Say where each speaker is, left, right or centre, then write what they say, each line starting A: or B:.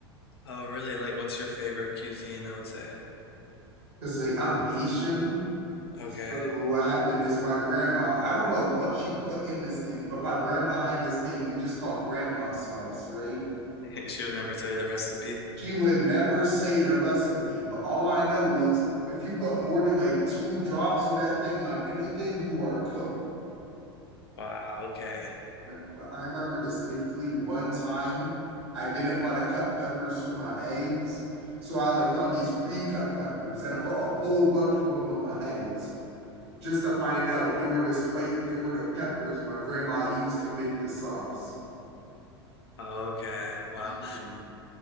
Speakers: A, on the left; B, on the right.
A: Oh, really? Like, what's your favorite cuisine? I would say.
B: because like, I'm Haitian.
A: Okay.
B: So what happened is my grandma, I don't know what she put in this thing, but my grandma had this thing we just call grandma sauce, right?
A: <laughs> She would never tell you the recipe.
B: She would never say the recipe, but all I know is if you put more than like two drops of that thing on anything, you are cooked.
A: Wow. Okay.
B: Yeah, But I remember distinctly one time I didn't want to cut peppers for my eggs. So I like found these pre-cut peppers and I put a whole bunch of them on my eggs just to find out they were the spike, they were the peppers my grandma used to make the sauce.
A: Okay. Wow.
B: Yeah.